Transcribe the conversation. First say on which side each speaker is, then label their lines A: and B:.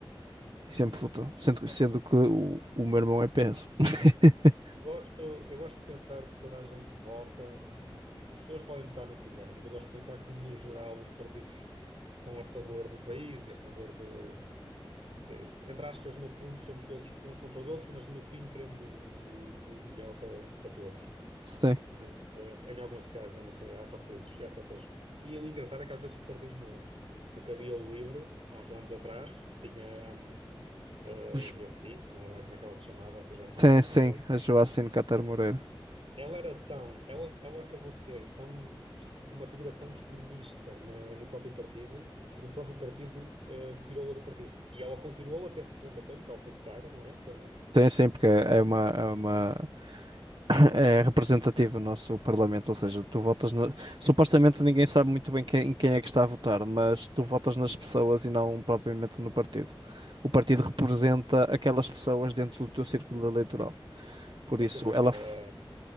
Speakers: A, on the right; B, on the right.
A: E sempre votou. Sendo, que-
B: Pá,
A: sendo que o, o meu irmão é PS. <laughs>
B: Eu gosto, eu gosto de pensar que toda a gente vota. hum, As pessoas podem votar no que quiserem, mas eu gosto de pensar que, no geral, os partidos que estão a favor do país e a favor de, de- entre aspas, no fundo, somos todos uns contra os outros, mas no fim queremos o, o, o melhor para, para todos.
A: Sim.
B: Mas eh, em alguns casos, eu não sei, há partidos e há certas. E o engraçado é que às vezes os partidos mudam. Porque havia o LIVRE, há uns anos atrás, tinha hum, a
A: Ju-
B: Joacine, não é como é que ela se chamava, que eu já não
A: Sim,
B: estou.
A: sim.
B: Não estou...
A: A Joacine Catar Moreira.
B: Ela era tão. Ela, ela acabou de ser tão. este- Uma figura tão extremista na- no próprio partido que o próprio partido eh, tirou-a do partido. E ela continuou a ter representação, porque ela foi votada, não é? Pa-
A: Sim, sim, porque é é uma, é uma <clears throat> <coughs> é representativo o nosso Parlamento, ou seja, tu votas na... supostamente ninguém sabe muito bem quem, em quem é que está a votar, mas tu votas nas pessoas e não propriamente no partido. O partido representa aquelas pessoas dentro do teu círculo eleitoral. Por
B: Quanto
A: isso,
B: tempo é
A: ela
B: que ela.
A: f-